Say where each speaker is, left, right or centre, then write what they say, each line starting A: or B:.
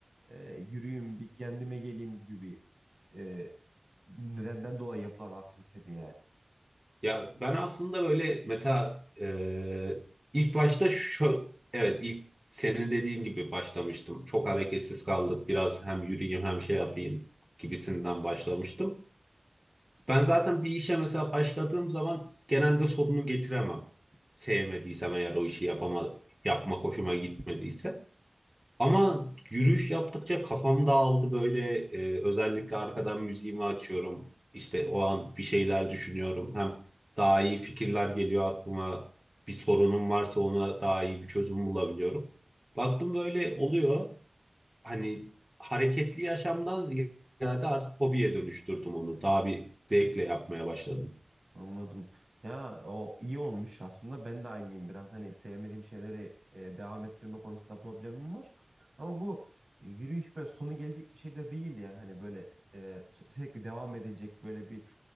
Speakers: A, on the right; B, on the right.
A: e, yürüyeyim bir kendime geleyim gibi bir e, nedenden dolayı yapılan aktivite mi yani?
B: Ya ben aslında böyle mesela e, ilk başta şu evet ilk senin dediğin gibi başlamıştım. Çok hareketsiz kaldık. Biraz hem yürüyeyim hem şey yapayım gibisinden başlamıştım. Ben zaten bir işe mesela başladığım zaman genelde sonunu getiremem. Sevmediysem eğer o işi yapama, yapmak hoşuma gitmediyse. Ama yürüyüş yaptıkça kafam dağıldı böyle e, özellikle arkadan müziğimi açıyorum. İşte o an bir şeyler düşünüyorum. Hem daha iyi fikirler geliyor aklıma. Bir sorunum varsa ona daha iyi bir çözüm bulabiliyorum. Baktım böyle oluyor hani hareketli yaşamdan ziyade artık hobiye dönüştürdüm onu. Daha bir zevkle yapmaya başladım.
A: Anladım. Ya o iyi olmuş aslında. Ben de aynıyım biraz. Hani sevmediğim şeyleri e, devam ettirme konusunda problemim var. Ama bu yürüyüş böyle sonu gelecek bir şey de değil ya. Hani böyle e, sü- sürekli devam edilecek böyle bir